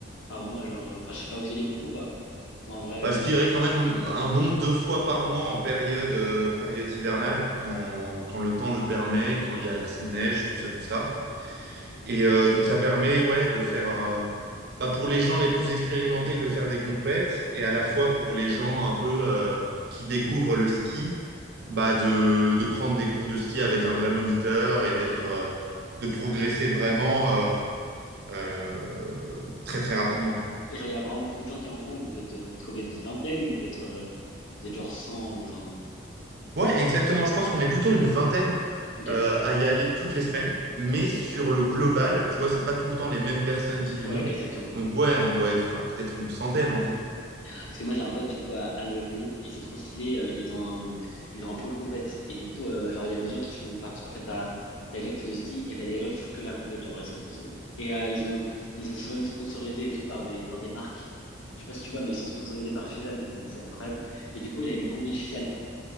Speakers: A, on the left; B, on the right.
A: par mois? Genre, euh, enfin, je sais pas, vous y allez beaucoup ou pas? Ou en vrai,
B: Bah,
A: pas
B: je
A: trop.
B: dirais quand même un bon deux fois par mois en période euh, période hivernale, quand quand le temps le permet, quand il y a assez de neige, tout ça, tout ça. Et euh, donc, ça permet ouais, de faire, euh, bah, pour les gens les plus expérimentés, de faire des compètes, et à la fois pour les gens un peu euh, qui découvrent le ski, bah, de, de prendre des cours de ski avec un vrai moniteur et d'être,
A: Ok.
B: euh, de progresser
A: Et,
B: vraiment euh, euh, très, très rapidement, quoi.
A: et genre, il y a vraiment beaucoup de gens qui en font. ou Vous êtes, euh, vous êtes combien? Une vingtaine? Ou vous êtes, euh, vous êtes genre cent Ou enfin.
B: Ouais, exactement. Je pense qu'on est plutôt une vingtaine
A: Ok.
B: euh, à y aller toutes les semaines, mais sur le global, tu vois, c'est pas tout le temps les mêmes personnes qui y
A: Ouais,
B: vont.
A: ok, ça tourne.
B: Donc, ouais, on doit être euh, peut-être une centaine en tout.
A: Parce que moi, j'ai un pote, du coup, à, à l'UM Lyon, et c'est trop stylé. euh, ils ont un, ils ont un pôle compète. Et du coup, euh, genre, il y a des gens qui font partie. En fait, t'as, t'as des gens qui font du ski et t'as des gens qui font que de la compète. Genre, et c'est trop stylé. Et euh, ils ont, ils sont même sponsorisés et tout par des, par des marques. Je sais pas si tu vois, mais ils sont sponsorisés par Fusalp. Non, mais c'est incroyable. Et du coup, il a une combi Fusalp.